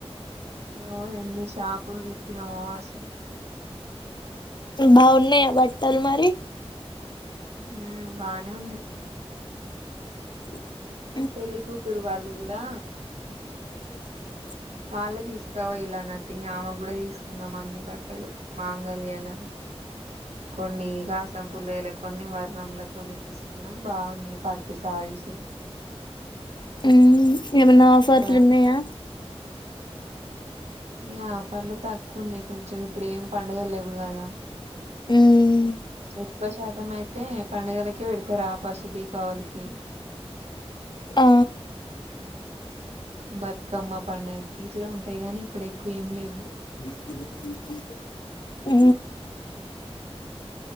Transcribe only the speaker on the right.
ఓ ఎన్ని షాపులు తిప్పినా మో అసలు
ఉ బాగనే ఉన్నాయి
పెళ్లి కూతురు వాళ్ ది కూడా
వాళ్ళే తీసుకోవ ఇలాన్నట్టు ఇంకా అమ కూడా తీసుకో న అన్ని బట్టలు మాంగళ్యాల కొన్ని గా సంపూల ఎలకు కొన్ని వర్ణంలా కొన్ని తీసుకున్నాం బాగున్నాయి పట్టు శారీస్
ఒక
ఎ ఆఫర్లు తక్ కొన్నాయి కొంచెం ఇప్పుడు ఏం పండగల్ లేవు కదా
ఎక్కుశాతం అయితే పండుగలకే పెడతారు ఆఫర్సు దీపావళికి
బతుకమ్మ పండగకి ఇట్లా ఉంటాయి గానీ ఇప్పుడ ఎక్కువ ఏం లేవు